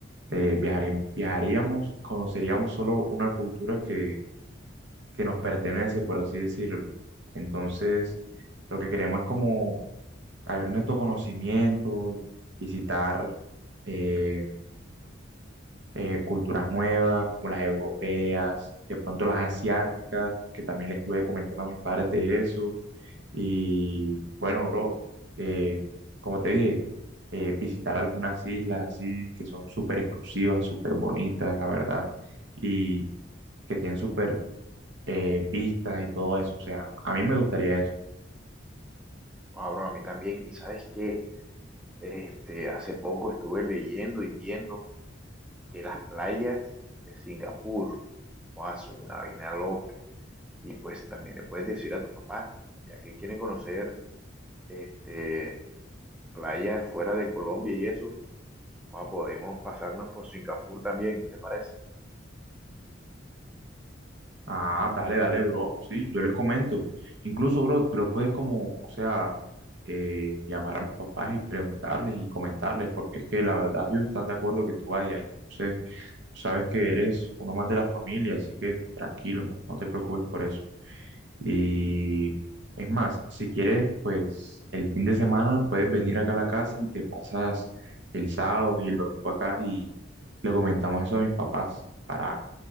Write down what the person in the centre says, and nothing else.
Ah, bro, a mí también. Y sabes qué, este, hace poco estuve leyendo y viendo que las playas de Singapur, wow son una vaina loca. Y pues también le puedes decir a tus papás, pues ya que quieren conocer este, playas fuera de Colombia y eso, ah, podemos pasarnos por Singapur también, ¿qué te parece?